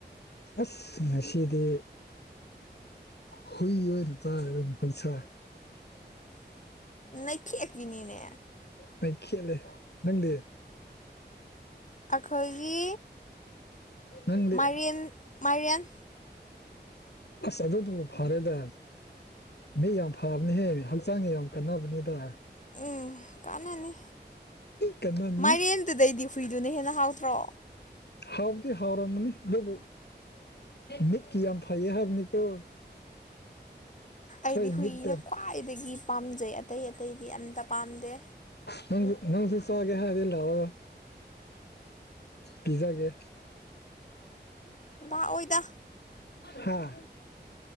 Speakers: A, on the left; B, on the left.
A: ꯑꯁ ꯉꯁꯤꯗꯤ ꯍꯨꯏ ꯑꯣꯏꯔ ꯇ ꯑꯗꯨ ꯄꯩꯁꯥ
B: ꯅ ꯊꯦꯛꯕꯤꯅꯤꯅꯦ
A: ꯃ ꯀꯦꯂꯦ ꯅꯪꯗꯤ
B: ꯑꯩꯈꯣꯏꯒꯤ
A: ꯅꯪꯗꯤ
B: ꯃꯥꯏꯔꯦꯟ ꯃꯥꯏꯔꯦꯟ
A: ꯑꯁꯗꯣ ꯇꯕꯨ ꯐꯔꯦꯗ ꯃꯤ ꯌꯥꯝ ꯐꯕꯅꯤꯍꯦ ꯍꯛꯆꯥꯡꯁ ꯌꯥꯝ ꯀꯟꯅꯕꯅꯤꯗ
B: ꯎꯝ ꯀꯥꯟꯅꯅꯤ
A: ꯀꯟꯅꯅꯤ
B: ꯃꯥꯏꯔꯦꯟꯗꯨꯗꯩꯗꯤ ꯍꯨꯏꯗꯨꯅ ꯍꯦꯟꯅ ꯍꯥꯎꯇ꯭ꯔꯣ
A: ꯍꯥꯎꯗꯤ ꯍꯥꯎꯔꯝꯅꯤ ꯑꯗꯨꯕꯨ ꯃꯤꯠꯀꯤ ꯌꯥꯝ ꯐꯩꯌꯦ ꯍꯥꯏꯕꯅꯤꯀꯣ ꯑꯩꯈꯣꯏ
B: ꯑꯩꯗꯤ ꯍꯨꯏꯅ
A: ꯃꯤꯠꯇꯣ
B: ꯈ꯭ꯋꯥꯏꯗꯒꯤ ꯄꯥꯝꯖꯩ ꯑꯇꯩ ꯑꯇꯩꯗꯤ ꯑꯝꯇ ꯄꯥꯝꯗꯦ
A: ꯅꯪꯁꯨ ꯅꯪꯁꯨꯨ ꯆꯥꯒꯦ ꯍꯥꯏꯔꯗꯤ ꯂꯥꯑꯣ ꯄꯤꯖꯒꯦ
B: ꯂꯥꯛꯑꯣꯏꯗ
A: ꯍꯥꯥ